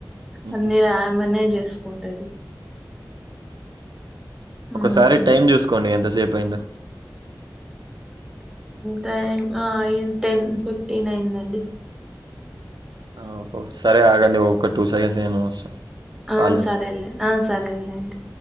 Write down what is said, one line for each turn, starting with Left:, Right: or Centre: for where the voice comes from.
Right: మ్మ్.
Centre: అన్నీ రాయమన్నే చేసుకుంటది. ఉమ్
Right: ఒకసారి టైం చూసుకోండి ఎంతసేపు అయిందో.
Centre: టైం ఆ అయిన్ టెన్ ఫిఫ్టీన్ అయిందండి.
Right: ఓహో సరే ఆగండి ఒక టూ సెకండ్స్ నేను వస్తా.
Centre: ఆ
Right: కాల్ చేస్తా
Centre: సరేలే ఆ సరేలెండి.